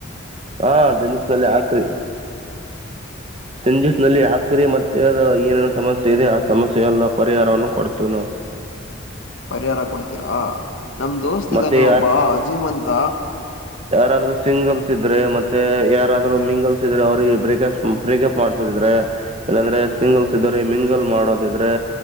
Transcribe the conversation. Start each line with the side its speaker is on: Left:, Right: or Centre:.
Right: ಹಾ ಜನಿಸಿನಲ್ಲ ಹಾಕ್ರಿ. ಜಂಜಸ್ ನಲ್ಲಿ ಆಕರೆ ಮತ್ತೆ ಅದ ಏನೇನ ಸಮಸ್ಯೆ ಇದೆ ಆ ಸಮಸ್ಯೆಲ್ಲ ಪರಿಹಾರವನ್ನು ಕೊಡ್ತೇವಿ ನಾವು.
Left: ಪರಿಹಾರ ಕೊಡ್ತೀರಾ. ನಮ ದೋಸ್ತ್
Right: ಮತ್ತೆ
Left: ಇದಾನೆ ಒಬ್ಬ ಅ ಜೀಮಂತ.
Right: ಯಾರಾದ್ರರು ಸಿಂಗಲ್ಸ್ ಇದ್ರೆ ಮತ್ತೆ ಯಾರಾದ್ರರು ಮಿಂಗಲ್ಸ್ ಇದ್ರೆ ಅವ್ರಿಗೆ ಬ್ರಕ್ಪ್ ಬ್ರೇಕಪ್ ಮಾಡ್ಸೋದಿದ್ರೆ ಇಲ್ಲಾಂದ್ರೆ ಸಿಂಗಲ್ಸ್ ಇದ್ರೆ ಮಿಂಗಲ್ ಮಾಡೋದಿದ್ರೆ